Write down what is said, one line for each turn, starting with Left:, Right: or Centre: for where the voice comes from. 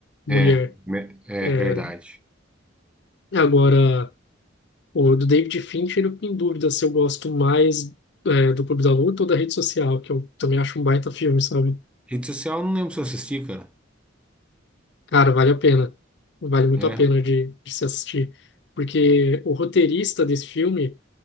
Left: mulher.
Centre: É, me- é
Left: É,
Centre: verdade.
Left: agora, o do David Fincher, eu fico em dúvida se eu gosto mais é, do Clube da Luta ou da Rede Social, que eu também acho um baita filme, sabe?
Centre: Rede social, eu não lembro se eu assisti, cara.
Left: Cara, vale a pena. Vale muito
Centre: É.
Left: a pena de, de se assistir. Porque o roteirista desse filme,